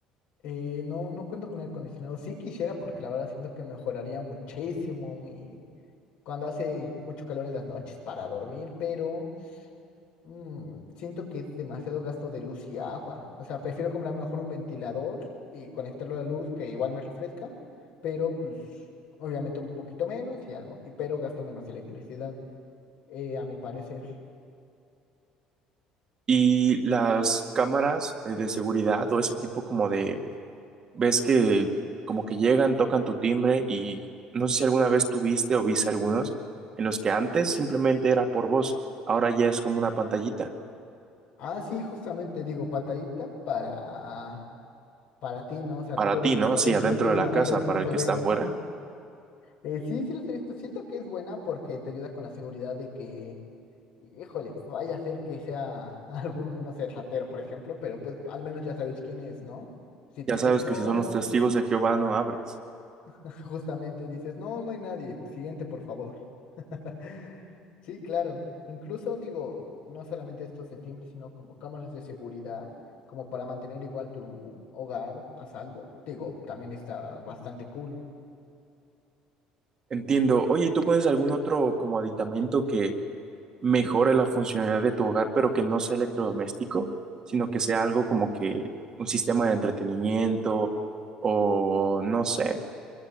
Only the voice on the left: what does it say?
Eh, no, no cuento con aire acondicionado. Sí quisiera porque la verdad siento que mejoraría muchísimo mi... cuando hace mucho calor en las noches para dormir, pero Mm, siento que es demasiado gasto de luz y agua. O sea, prefiero comprar a lo mejor un ventilador y conectarlo a la luz que igual me refresca, pero pues obviamente un poquito menos y algo, y pero gasto menos electricidad, eh, a mi parecer.
Ah, sí, justamente digo, pantallita para, para ti, ¿no? O sea,
tú lo ves
desde
adentro,
sí,
no,
ellos no
te
ven.
<laughs> Eh, sí, sí los he visto. Siento que es buena porque te ayuda con la seguridad de que Híjole, pues, vaya a ser que sea <laughs> algún, no sé, ratero, por ejemplo, pero pues al menos ya sabes quién es, ¿no? Si te
dicen
soy,
<laughs> justamente dices, no, no hay nadie, siguiente, por favor. <laughs> Sí, claro. Incluso digo, no solamente estos de timbre, sino como cámaras de seguridad, como para mantener igual tu hogar a salvo. Digo, también está bastante cool.